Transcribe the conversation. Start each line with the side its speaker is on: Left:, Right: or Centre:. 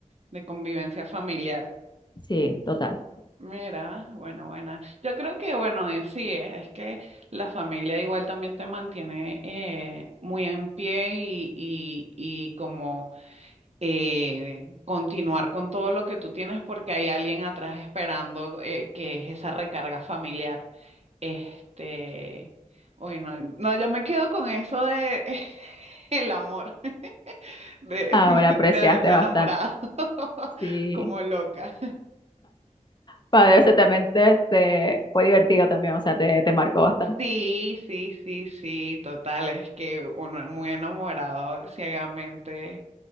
Right: de convivencia familiar.
Left: Sí, total.
Right: Mira, bueno, buena. Yo creo que, bueno, y así es, es que la familia igual también te mantiene eh, muy en pie y, y, y como eh, continuar con todo lo que tú tienes porque hay alguien atrás esperando eh, que es esa recarga familiar. Este, uy, no, no, yo me quedo con eso de <laughs> el amor, de,
Left: Ahora
Right: <laughs>
Left: apreciaste
Right: de haberme
Left: bastante.
Right: enamorado <laughs>
Left: Sí.
Right: como loca.
Left: Padre, ese también te- te- fue divertido también, o sea, te, te marcó bastante.
Right: Sí, sí, sí, sí, total, es que uno es muy enamorado ciegamente,